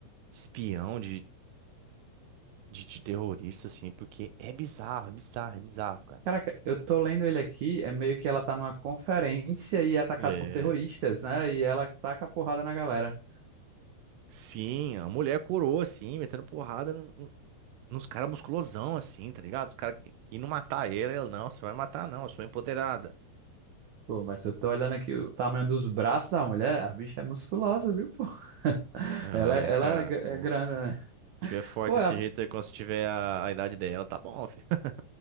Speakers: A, on the right; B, on the right.
A: espião, de de, de terrorista, assim, porque é bizarro, é bizarro, é bizarro, cara.
B: Caraca, eu tô lendo ele aqui, é meio que ela tá numa conferência e é atacada
A: É,
B: por terroristas, né? E ela taca a porrada na galera.
A: sim, a mulher curou, assim, metendo porrada no- no- nos caras musculosão, assim, tá ligado? Os caras indo matar ele, ela, não, você vai matar, não, eu sou empoderada.
B: Pô, mas eu tô olhando aqui o tamanho dos braços da mulher, a bicha é musculosa, viu, pô? <laughs>
A: Aí
B: Ela,
A: Ela é,
B: é, ela
A: cara,
B: é gra-
A: pô,
B: é grande,
A: se
B: né?
A: tiver forte
B: Pô,
A: desse
B: a,
A: jeito aí, quando você tiver a, a idade dela, tá bom, filho. <laughs>